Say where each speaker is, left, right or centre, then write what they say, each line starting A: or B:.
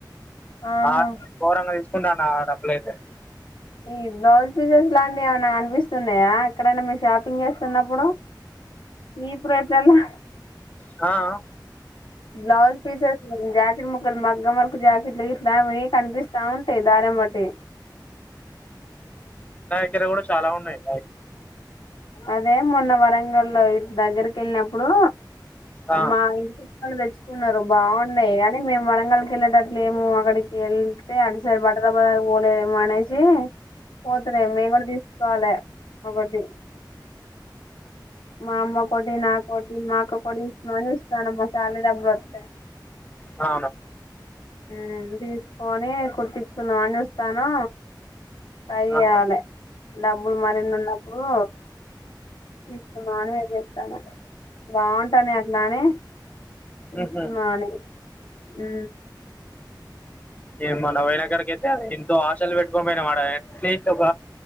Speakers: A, on the left (about 75°); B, on the left (about 20°).
A: ఆహా
B: ఆ ఘోరంగా తీస్కుంటాన్ ఆ డబ్బులైతే
A: ఈ బ్లౌజ్ పీసెస్ లాంటియ్ ఎవన్నా కన్పిస్తున్నాయా ఎక్కడైనా మీర్ షాపింగ్ జేస్తున్నప్పుడు. ఈ ప్రయత్నంల్లా
B: కా ఆ
A: బ్లౌజ్ పీసేస్ జాకిట్ముక్కలు మగ్గంవర్క్ జాకిట్లు గిట్లా అవ్వి కన్పిస్త్ కౌంటే దారంబట్టి
B: ఇక్కడ కూడా చాలా ఉన్నయి.
A: అదే మొన్న వరంగల్లో దగ్గర్కెళ్ళినప్పుడూ
B: ఆ,
A: మా ఇంటి పక్కొల్లు తెచ్చుకున్నరు బాగున్నాయి కానీ మేము వ అసల్కెళ్ళేటట్లేము అక్కడికి ఎళ్తే అటు సైడ్ బట్టల బజార్ పోలేదేమో అనేసి పోతున్నాయి మేము కూడా తీసుకోవాలె ఒకటి మా అమ్మకోటి నాకోటి మా అక్క కోటి తీసుకుందామని నా సాలరీ డబ్బులు వస్తే
B: ఆ
A: ఉమ్ తీసుకోని కుట్టించుకుందాం చూస్తాను సై చేయాల
B: ఆ,
A: డబ్బులు మరిన్ని ఉన్నప్పుడు తీసుకుందాం అని వెయిట్ చేత్తన్న బాగుంటానై అట్లానే తీసుకుందాం
B: మ్హూ.
A: అని ఊ
B: ఏ మొన్న బోయిన కడికైతే అది ఎంతో ఆశలు పెట్టుకొని పోయినం ఆడ అట్లిస్ట్ ఒక